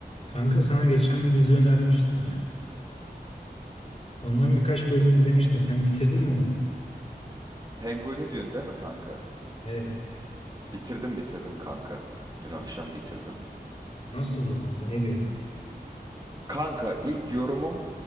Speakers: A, on the left; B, on the right.
A: Kanka sana geçen bir dizi önermiştim ya. Ondan birkaç bölüm izlemiştin. Sen bitirdin mi onu?
B: Penguin'i diyorsun değil mi kanka?
A: Ee,
B: Bitirdim bitirdim kanka. Dün akşam bitirdim.
A: nasıldı kanka? Ne diyorsun?
B: Kanka ilk yorumum